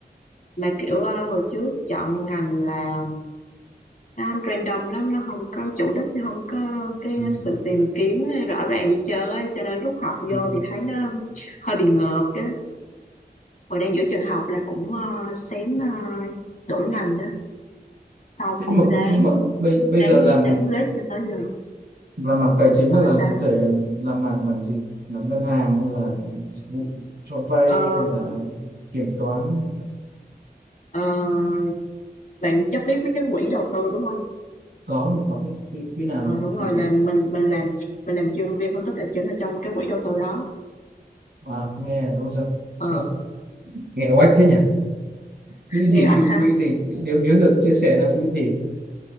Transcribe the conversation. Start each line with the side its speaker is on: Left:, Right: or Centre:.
Left: mà kiểu ờ, hồi trước chọn ngành là nó random lắm nó không có chủ đích nó không có cái
Right: Ừ.
Left: sự tìm kiếm rõ ràng gì chơi ấy. cho nên lúc học vô
Right: Ừ.
Left: thì thấy nó hơi bị ngợp đó hồi đang giữa trường học là cũng ờ, xém ờ, đổi ngành đó xong
Right: Thế
Left: cũng
Right: nhưng mà
Left: ráng
Right: nhưng mà bây bây
Left: ráng
Right: giờ làm
Left: ráng lết cho tới giờ
Right: làm mảng tài chính
Left: ờ
Right: là làm
Left: sao
Right: cụ thể làm mảng mảng gì làm ngân hàng hay là dịch vụ cho vay
Left: ờ,
Right: hay là kiểm toán
Left: ờ, bạn chắc biết mấy cái quỹ đầu tư đúng không
Right: có mình có cái quỹ, quỹ nào
Left: Ờ,
Right: nhỉ
Left: đúng rồi
Right: quỹ
Left: là mình mình làm mình làm chuyên viên phân tích tài chính ở trong cái quỹ đầu tư đó
Right: à, nghe nó giật
Left: Ờ,
Right: <laughs> nghe oách thế nhỉ quỹ gì
Left: nghe ách
Right: quỹ
Left: ha
Right: quỹ gì nếu nếu được chia sẻ là quỹ gì